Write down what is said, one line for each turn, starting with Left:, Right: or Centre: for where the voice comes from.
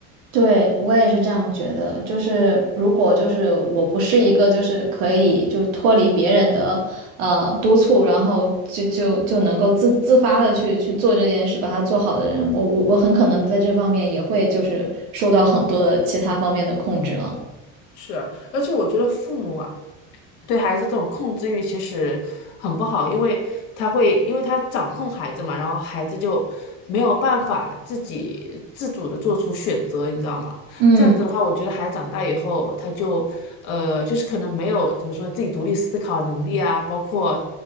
Right: 对，我也是这样觉得，就是如果就是我不是一个就是可以就脱离别人的呃督促，然后就就就能够自自发的去去做这件事，把它做好的人，我我我很可能在这方面也会就是受到很多的其他方面的控制了。
Left: 是啊，而且我觉得父母啊，对孩子这种控制欲其实很不好，因为他会，因为他掌控孩子嘛，然后孩子就没有办法自己自主的做出选择，你知道吗？
Right: 嗯
Left: 这样子的话，我觉得孩子长大以后，他就呃，就是可能没有怎么说自己独立思考的能力啊，包括